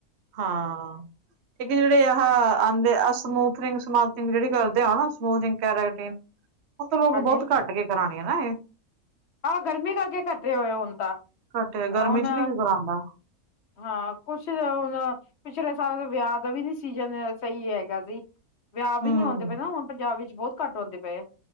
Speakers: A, on the right; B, on the left.
A: ਹਾਂ, ਇੱਕ ਜਿਹੜੇ ਆ ਆਹਂਦੇ ਅਸੂਥਨਿੰਗ ਸਮ ਜਿਹੜੀ ਕਰਦੇ ਆ ਨਾ ਸਮੂਥਿੰਗ ਕੈਰਾਟੀਨ ਉਹ ਤਾਂ ਲੋਕ
B: ਹਾਂਜੀ
A: ਬਹੁਤ ਘੱਟ ਕੇ ਕਰਾਣੀ ਹੈ ਨਾ ਇਹ
B: ਆਹ ਗਰਮੀ ਕਰਕੇ ਘਟੇ ਹੋਏ ਹੁਣ ਤਾਂ
A: ਘੱਟੇ ਗਰਮੀ
B: ਹੁਣ
A: ਚ ਨੀ ਕੀ ਕਰਾਂਦਾ
B: ਹਾਂ ਕੁਛ ਹੁਣ ਪਿਛਲੇ ਸਾਲ ਵਿਆਹ ਦਾ ਵੀ ਨੀ ਸੀਜਨ ਸਹੀ ਹੈਗਾ ਸੀ ਵਿਆਹ ਵੀ
A: ਹੂੰ
B: ਨਹੀ ਆਉਂਦੇ ਪਏ ਨਾ ਹੁਣ ਪੰਜਾਬ ਵਿੱਚ ਬਹੁਤ ਘੱਟ ਆਉਂਦੇ ਪਏ ਆ